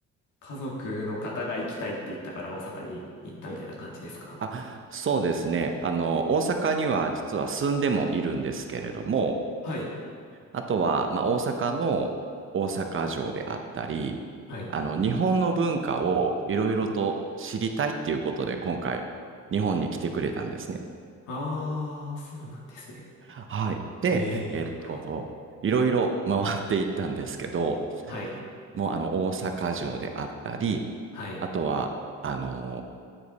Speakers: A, on the left; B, on the right.
A: 家族の方が行きたいって言ったから大阪に行ったみたいな感じですか
B: あ、そうですね。あの、大阪には実は住んでもいるんですけれども、
A: はい。
B: あとは、まあ、大阪の大阪城であったり、
A: はい。
B: あの、日本の文化をいろいろと知りたいっていうことで、
A: はい。
B: 今回、日本に来てくれたんですね。
A: あー、そうなんですね。
B: はい。で、
A: えー、
B: はい。えっと、
A: はい。
B: いろいろ回っていったんですけど、
A: はい。
B: もうあの、大阪城であったり、
A: はい。
B: あとは、あの、